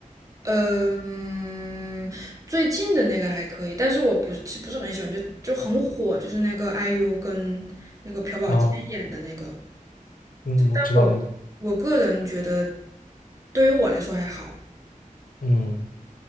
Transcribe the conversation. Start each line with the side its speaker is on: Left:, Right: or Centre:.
Right: 嗯，最近的那个还可以，但是我不是不是很喜欢，就就很火，就是那个 IU 跟那个朴宝剑演的那个。
Left: 哦，嗯，我知道那个，
Right: 但我我个人觉得，对于我来说还好。
Left: 嗯